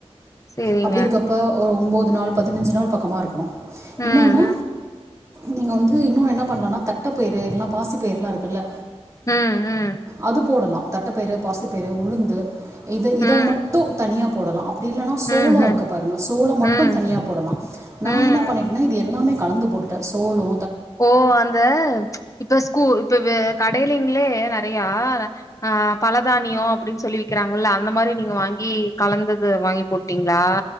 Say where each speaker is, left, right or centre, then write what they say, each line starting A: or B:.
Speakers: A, on the left; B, on the right.
A: சேரிங்க.
B: அப்டி இருக்கப்ப ஒரு ஒன்பது நாள் பதினஞ்சு நாள் பக் பக்கமா இருக்கணு இன்னொன்னு
A: ம்,
B: நீங்க வந்து இன்னொன்னு என்ன பண்ணலனா தட்டப்பயிரு எல்லா பாசிப்பயர்லா இருக்குல்ல
A: ம், ம்,
B: அது போடலா தட்டப்பயிறு பாசிப்பயிறு உளுந்து இத இத
A: ம்,
B: மட் டு தனியா போடலா அப்படி இல்லன்னா
A: ம்,
B: சோளோ
A: ம்,
B: இருக்கு பாருங்க சோளோ மட்டு
A: ம்,
B: தனியா போடலா நா
A: ம்.
B: என்ன பண்ணீட்டனா இது எல்லாமே கலந்து போட்டுட்ட சோளோ
A: ஓ அந்த இப்ப கூ இப்ப வே கடைலிங்ளே நறையா அ பலதானியோ அப்படின்னு சொல்லி விக்கறாங்கல்ல அந்த மாரி நீங்க வாங்கி கலந்தது வாங்கி போட்டீங்களா